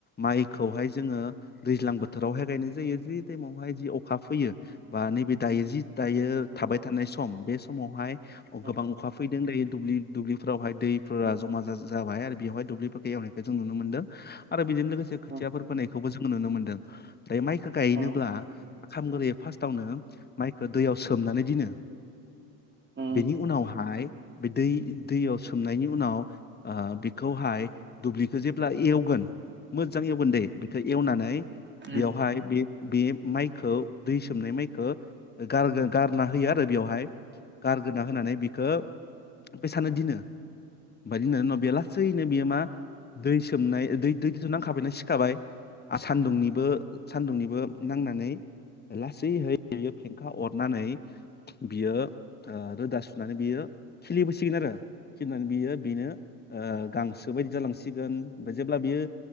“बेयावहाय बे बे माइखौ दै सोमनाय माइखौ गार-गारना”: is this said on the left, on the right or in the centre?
Left